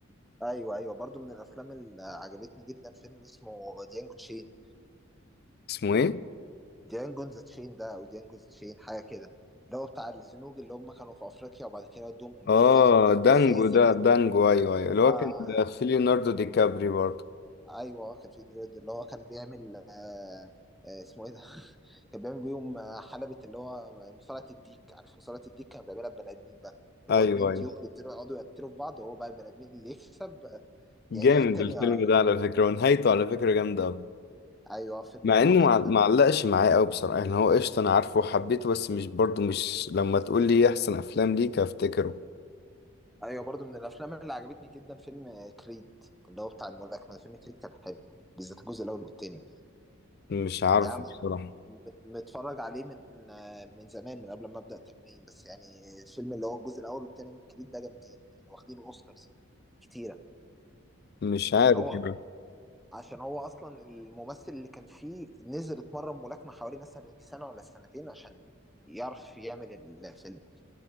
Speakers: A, in the centre; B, on the left (about 50°).
A: ايوه ايوه برضه من الافلام اللي عجبتني جدا فيلم اسمه ديانجو تشين
B: اسمه ايه
A: ديانجو ذا تشين ده او ديانجو ذا تشين حاجة كده اللي هو بتاع الزنوج اللي هم كانوا في افريقيا وبعد كده ودوهم امريكا
B: اه دانجو
A: وازاي الزنجة
B: ده دانجو ايوه ايوه اللي هو
A: آه
B: كان في ليوناردو دي كابري برضه
A: ايوه آه، كان في دريد اللي هو كان بيعمل آه آه اسمه ايه ده <laughs> كان بيعمل بيهم آه، حلبة اللي هو مصارعة الديك عارف مصارعة الديك كان بيعملها ببني ادمين بقى اللي
B: ايوه
A: هو اتنين
B: ايوه
A: ديوك يقدروا يقعدوا يقتلوا في بعض وهو بقى البني ادمين اللي يكسب آه، يعيش
B: جامد
A: <laughs> التاني
B: الفيلم
A: ع-
B: ده على فكرة ونهايته على فكرة جامدة أوي
A: ايوه فيلم
B: مع
A: برضه
B: انه
A: نهايته
B: مع- معلقش
A: جامد
B: معايا قوي بصراحة يعني هو قشطة انا عارفه وحبيته بس مش برضه مش لما تقول لي إيه احسن افلام ليك هفتكره
A: ايوه برضه من الافلام اللي عجبتني جدا فيلم آه، كريد اللي هو بتاع الملاكمة فيلم كريد كان حلو بالذات الجزء الاول والتاني
B: مش عارف
A: يعني
B: بصراحة
A: م- متفرج عليه من آه، من زمان من قبل ما ابدا تمرين بس يعني الفيلم اللي هو الجزء الاول والتاني من الكريد ده جامدين يعني واخدين اوسكارز كتيره
B: مش عارف
A: عشان هو
B: يعني
A: عشان هو اصلا الممثل اللي كان فيه نزل اتمرن ملاكمه حوالي مثلا يجي سنه ولا سنتين عشان يعرف يعمل الفيلم